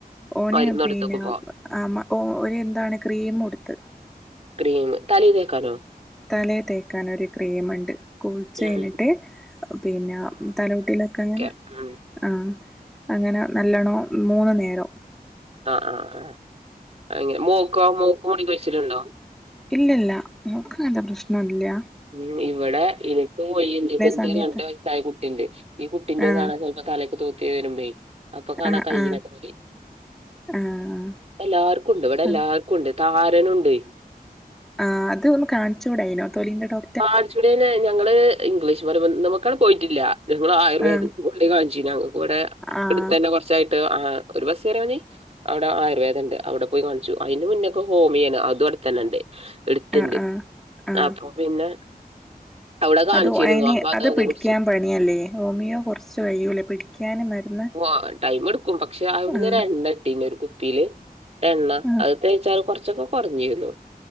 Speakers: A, in the centre; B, on the right.
A: ഓന്
B: മരുന്ന് കൊടുത്തക്കുമ്പോ
A: പിന്നെ അ ആഹ് മ്മ ഒ ഒര് എന്താണ് ക്രീം ഒടുത്ത്
B: ക്രീം തലെ തെക്കാലോ
A: തലയെ തേക്കാൻ ഒരു ക്രീമണ്ട് കുളിച്ച്
B: ഉം
A: കഴിഞ്ഞിട്ട്
B: ഉം.
A: പിന്നെ തലോട്ടിലോഒക്കെ ങ്ങന
B: ആഹ്
A: ആഹ അങ്ങനെ നല്ലോണ്ണ മൂന്ന് നേരം
B: ആഹ് ആഹ് ആഹ് അങ്ങനെ മോക്കോ മോക്ക് മടിക്ക് വെച്ചിട്ടുണ്ടോ
A: ഇല്ല ഇല്ല മോക്ക് അങ്ങനത്തെ പ്രശ്നോ ഒന്നും ഇല്ല
B: ഉ ഇവിടെ എനിക്ക് കൊയ്യി ഇണ്ട് ഇപ്പ എന്റെ
A: സമയത്ത്
B: രണ്ട വയസ്സായ കുട്ടിയുണ്ട് ഈ കുട്ടിന്റെ
A: ആഹ്
B: കാണാൻ സ ഇപ്പൊ കലക്കേ തൂക്കി ഇടുമ്പ അപ്പൊ കാണാ
A: ആഹ്
B: കയ്യിന്
A: ആഹ്
B: ഒക്കെ മുടി
A: ആഹ്
B: എല്ലാർക്കു ഒണ്ട് ഇവിടെ
A: അതെ
B: എല്ലാർക്കും ഒണ്ട് താരൻ ഉണ്ടേ
A: ആഹ് അത് ഒന്ന് കാണിച്ചുടെ അയ്യിന് തൊലിന്റെ ഡോ
B: കാണിച്ചുടേ ഞങ്ങള് ഇംഗ്ലീഷ് മരുന്ന് നോക്കാൻ പോയിട്ടില്ല ഞങ്ങൾ ആയുർവേദ
A: ആഹ്
B: <unintelligible> കൂടെ
A: ആഹ്
B: തന്നെ കുറച്ചായിട്ട് ഒരു ബസ് കേറിയ മതി അവിടെ ആയുർവേദം ഉണ്ട് അവിടെ പോയി കാണിച്ചു അതിന്റെ മുന്നൊക്കെ ഹോമിയയാണ് അതും അടത്തുതന്നെണ്ട് അടുത്തുണ്ട്
A: ആഹ് ആഹ് ആഹ്
B: അപ്പൊ പിന്നെ അവിടെ കാണിച്ചിരുന്നു
A: അത് അയ്യിന്
B: അപ്പൊ
A: അത് പിടിക്കാൻ
B: കുടിച്ചു
A: പണിയല്ലേ ഹോമിയോ കൊറച്ച് കഴിയൂല്ലേ പിടിക്കാന് മരുന്ന്
B: ഓ ടൈം എടുക്കും പക്ഷെ അവിടുന്ന്
A: ആഹ്
B: രണ്ടായിട്ടാന്നെ ഒരു കുപ്പിയില് എണ്ണ
A: ആഹ്
B: അത് തേച്ചാൽ കുറച്ചൊക്കെ കൊറഞ്ഞുവരും